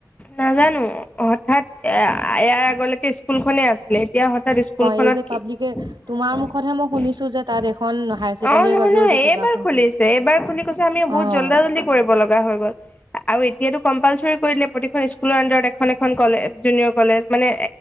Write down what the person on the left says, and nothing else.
নাজানো হঠাৎ। এ ইয়াৰ আগলৈকে স্কুল খনে আছিলে এতিয়া হঠাৎ। <unintelligible> অ নহয়-নহয়
এইবাৰ
খুলিছে এইবাৰ খুলি কৈছে আমি
বহুত <unintelligible> কৰিব লগা হৈ গল আৰু এতিয়া টো কম্পালচৰি কৰি দিলে প্ৰতিখন স্কুলৰ উণ্ডাৰত এখন এখন কলে জুনিয়ৰ কলেজ মানে